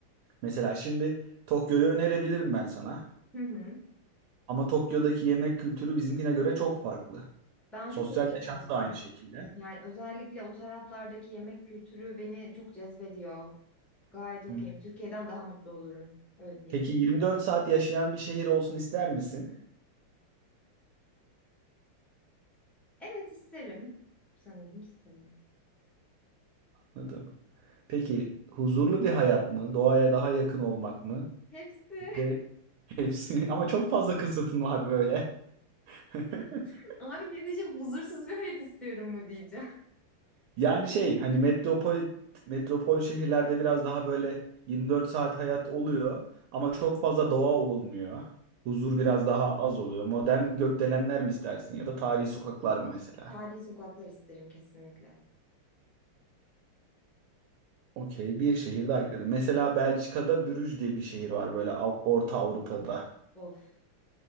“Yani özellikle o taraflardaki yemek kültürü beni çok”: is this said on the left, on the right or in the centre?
Centre